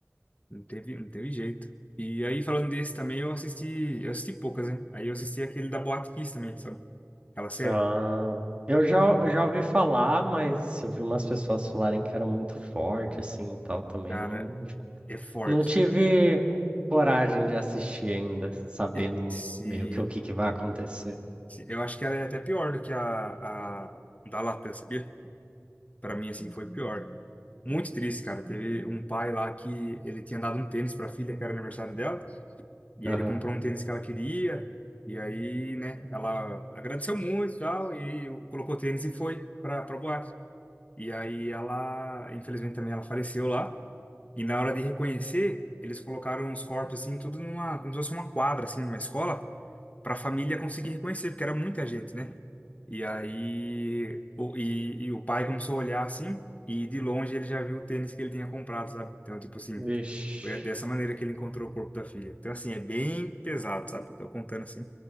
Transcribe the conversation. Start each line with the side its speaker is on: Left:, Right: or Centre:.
Left: não teve, não teve jeito. E aí, falando desse também, eu assisti... Eu assisti poucas, né? Aí eu assisti aquele da Boate Kiss também, sabe? Aquela série.
Right: Ah, eu já, eu já ouvi falar, mas eu vi umas pessoas falarem que era muito forte, assim, e tal, também.
Left: Cara,
Right: Não,
Left: é forte.
Right: não tive coragem de assistir ainda, sabendo
Left: E- Se,
Right: meio que o que que vai acontecer.
Left: se- eu acho que ela é até pior do que a, a da Latam, sabia? Pra mim, assim, foi pior. Muito triste, cara. Teve um pai lá que ele tinha dado um tênis pra filha, que era aniversário dela, e
Right: Aham.
Left: aí ele comprou um tênis que ela queria, e aí, né, ela agradeceu muito e tal, e colocou o tênis e foi pra, pra boate. E aí ela, infelizmente também, ela faleceu lá, e na hora de reconhecer, eles colocaram os corpos, assim, tudo numa, como se fosse uma quadra, assim, numa escola, para a família conseguir reconhecer, porque era muita gente, né? E aí, o, e, e o pai começou a olhar assim, e de longe ele já viu o tênis que ele tinha comprado, sabe? Então, tipo assim,
Right: Vixe.
Left: foi dessa maneira que ele encontrou o corpo da filha. Então, assim, é bem pesado, sabe? Tô contando assim,